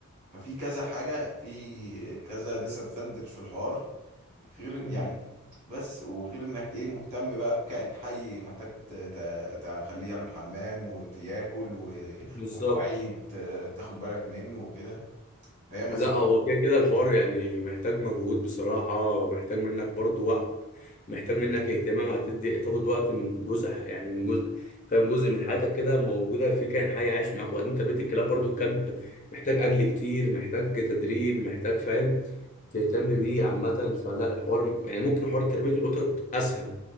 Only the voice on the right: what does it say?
ففي كذا حاجه في كذا ديس ادفانتج في الحوار غير
يعني بس وغير انك ايه مهتم بقى بكائن حي محتاج ت- ت- تخليه يعمل حمام وياكل و-
ولو عيد ت- تاخد بالك منه وكده فهي مسؤوليه